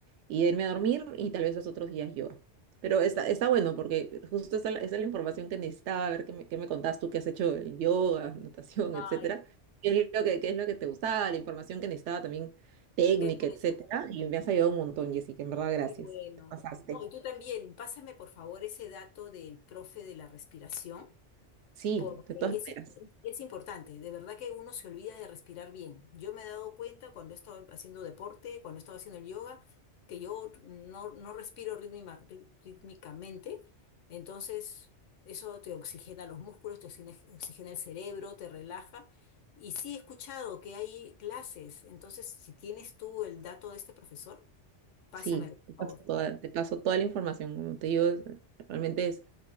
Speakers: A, on the right; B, on the left.
A: y irme a dormir y tal vez los otros días yoga. Pero está, está bueno porque justo esa, esa es la información que necesitaba, a ver qué me, qué me contás tú, qué has hecho el yoga, natación,
B: Ay,
A: etcétera qué es lo que, qué es lo que te gustaba, la información que necesitaba también, técnica,
B: qué bueno.
A: etcétera. Y me has ayudado un montón, Jessica, en verdad, gracias.
B: Qué bueno.
A: Te pasaste.
B: No, y tú también, pásame por favor ese dato del profe de la respiración,
A: Sí,
B: porque
A: de todas
B: es,
A: maneras.
B: i- es importante. De verdad que uno se olvida de respirar bien. Yo me he dado cuenta cuando he estado haciendo deporte, cuando he estado haciendo el yoga, que yo no, no respiro rítmica- rí- rítmicamente. Entonces, eso te oxigena los músculos, te oxigena, oxigena el cerebro, te relaja. Y sí he escuchado que hay clases. Entonces, si tienes tú el dato de este profesor, pásamelo,
A: Sí,
B: por
A: te paso
B: favor.
A: toda, te paso toda la información. Como te digo, es- realmente es,